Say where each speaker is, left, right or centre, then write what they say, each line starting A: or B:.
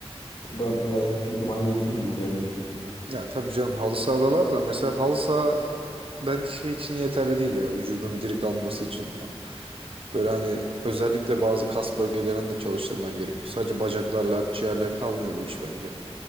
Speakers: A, on the left; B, on the right.
A: Ba- Gayet bana yetiyor gibi bence.
B: Ya tabii canım halı saha da var da mesela halı saha bence şey için yeterli değil ya vücudun diri kalması için. Böyle hani özellikle bazı kas bölgelerini de çalıştırman gerekiyor. Sadece bacaklarla akciğerle kalmıyor bu iş bence.